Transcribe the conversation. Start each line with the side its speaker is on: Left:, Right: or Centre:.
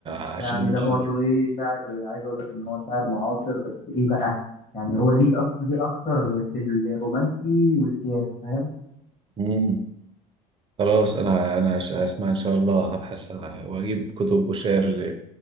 Right: عشان
Left: يعني
Right: الله
Left: ده برضو ايه شاعر عايز اقول لك ان هو شاعر معاصر بس ايه بقى يعني هو ليه أص... ليه اكتر في الرومانسي والسياسة فاهم
Right: مم. خلاص انا انا ش- اسمع ان شاء الله ابحث واجيب كتب وشعر